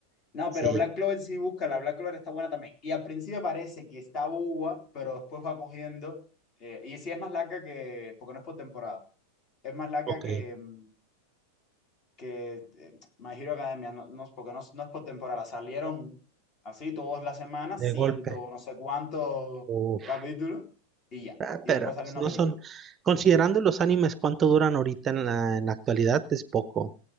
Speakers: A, on the left; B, on the right.
A: No,
B: Sí,
A: pero Black Clover sí busca, la Black Clover está buena también. Y al principio parece que está boba, pero después va cogiendo. eh, y sí es más larga que, porque no es por temporada, es más larga
B: ok,
A: que, mm, que eh, My Hero Academia, no, no, porque no, no es por temporada. Salieron así todas las semanas,
B: de
A: ciento
B: golpe.
A: no sé cuántos
B: Uf,
A: capítulos, y ya.
B: Ah,
A: Y
B: pero
A: después salió
B: pues
A: una
B: no
A: película.
B: son, considerando los animes cuánto duran ahorita en la, en la actualidad, es poco.